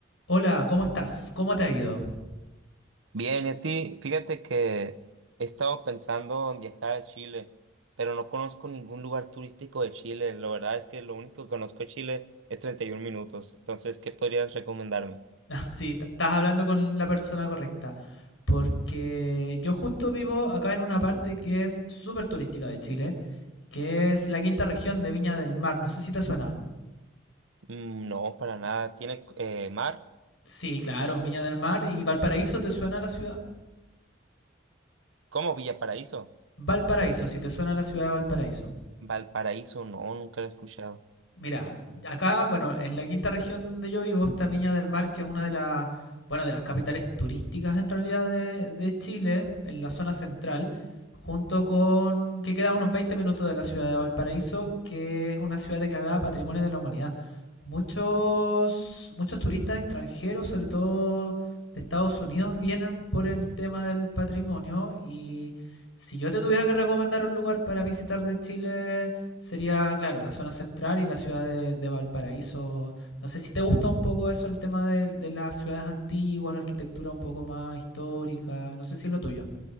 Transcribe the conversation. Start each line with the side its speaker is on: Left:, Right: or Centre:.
Left: Hola, ¿cómo estás? ¿Cómo te ha ido? <laughs>
Right: Bien, y a ti, fíjate que he estado pensando en viajar a Chile, pero no conozco ningún lugar turístico de Chile. La verdad es que lo único que conozco de Chile es 31 minutos. Entonces, ¿qué podrías recomendarme?
Left: Ah, Sí, t- estás hablando con la persona correcta. Porque yo justo vivo acá en una parte que es súper turística de Chile, que es la quinta región de Viña del Mar. No sé si te suena.
Right: Mm, no, para nada. ¿Tiene eh, mar?
Left: Sí, claro, Viña del Mar. ¿Y Valparaíso te suena la ciudad?
Right: ¿Cómo Villa Paraíso?
Left: Valparaíso, si te suena la ciudad de Valparaíso.
Right: Valparaíso, no, nunca lo he escuchado.
Left: Mira, acá, bueno, en la quinta región donde yo vivo está Viña del Mar, que es una de las, bueno, de las capitales turísticas en realidad de, de Chile, en la zona central, junto con que queda a unos 20 minutos de la ciudad de Valparaíso, que es una ciudad declarada Patrimonio de la Humanidad. Muchos, muchos turistas extranjeros, sobre todo de Estados Unidos, vienen por el tema del patrimonio y si yo te tuviera que recomendar un lugar para visitar de Chile, sería, claro, la zona central y la ciudad de, de Valparaíso. No sé si te gusta un poco eso, el tema de, de las ciudades antiguas, la arquitectura un poco más histórica. No sé si es lo tuyo.